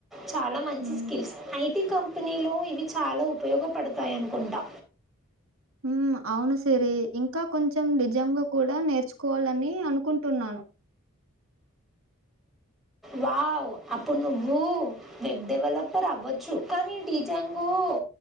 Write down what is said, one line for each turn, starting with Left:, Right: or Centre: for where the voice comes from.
Centre: చాలా మంచి
Right: హ్మ్.
Centre: స్కిల్స్ ఐటీ కం కంపనీలో ఇవి చాలా ఉపయోగపడతాయి అనుకుంటా.
Right: ఉమ్ అవును సిరి ఇంకా కొంచెం డిజ్. జంగా కూడా నేర్చుకోవాలని అనుకుంటున్నాను.
Centre: వావ్ అప్పుడు నువ్వు వెబ్ డెవలపర్ అవ్వచ్చు. కానీ డిజంగు ఉ